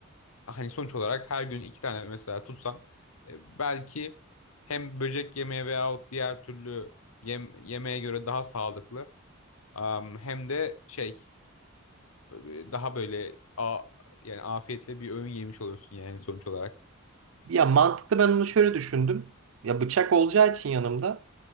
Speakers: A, on the left; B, on the right.
A: hani sonuç olarak her gün iki tane mesela tutsam e, belki hem böcek yemeye veyahut diğer türlü yem, yemeğe göre daha sağlıklı am, hem de şey e, daha böyle a, yani afiyetle bir öğün yemiş oluyorsun yani sonuç olarak.
B: Ya mantıklı ben onu şöyle düşündüm. Ya bıçak olacağı için yanımda.